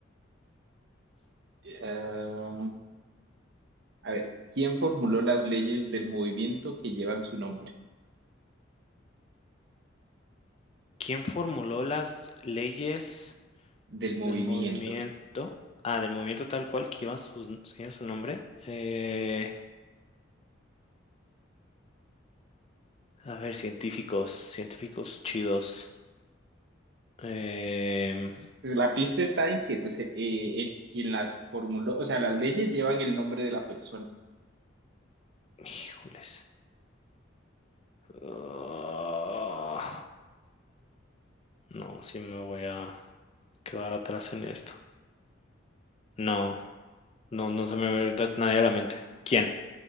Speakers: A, on the right; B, on the left.
A: eh, ah, a ver, ¿quién formuló las leyes del movimiento que llevan su nombre?
B: ¿Quién formuló las leyes
A: Del movimiento.
B: del movimiento? Ah, del movimiento tal cual que lleva sus lleva su nombre, eh, a ver, científicos, científicos chidos, em,
A: Pues la pista está en que pues, eh, el quien las formuló, o sea, las leyes llevan el nombre de la persona,
B: híjoles, ah, no, sí me voy a quedar atrás en esto. No. No, no se me ve ahorita nadie a la mente. ¿Quién?